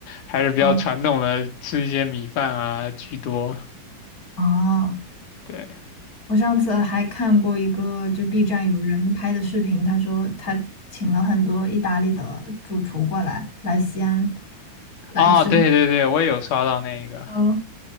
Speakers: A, on the left; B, on the left.
A: 还是比较传统的，
B: 嗯，
A: 吃一些米饭啊居多。
B: 哦，
A: 对，
B: 我上次还看过一个，就 B 站有人拍的视频，他说他请了很多意大利的主厨过来来西安来吃他，
A: 哦，对对对，我也有刷到那个。
B: 嗯，